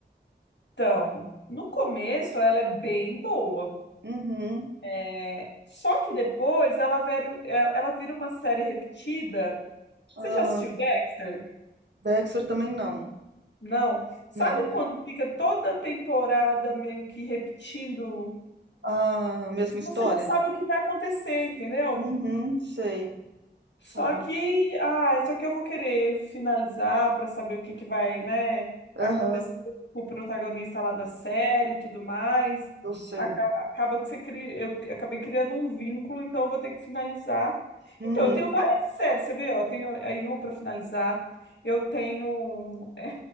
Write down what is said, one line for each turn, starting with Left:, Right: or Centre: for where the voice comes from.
Left: Então, no começo ela é bem boa.
Right: Uhum.
Left: É, Só que depois ela, vero- ela ela vira uma série repetida.
Right: Ah,
Left: Você já assistiu Dexter?
Right: Dexter também não.
Left: Não. Sabe
Right: Não.
Left: quando fica toda temporada meio que repetindo?
Right: Ah, mesma história?
Left: Você já sabe o que vai acontecer, entendeu?
Right: Uhum, sei.
Left: Só
Right: Ah,
Left: que, ah, só que eu vou querer finalizar para saber o que que vai, né, acontecer
Right: aham,
Left: com o protagonista lá da série e tudo mais.
Right: eu sei.
Left: Aca- Acaba que você cria, eu acabei criando um vínculo, então eu vou ter que finalizar.
Right: Uhum.
Left: Então, eu tenho várias séries, você vê, ó, eu tenho a You para finalizar. Eu tenho é,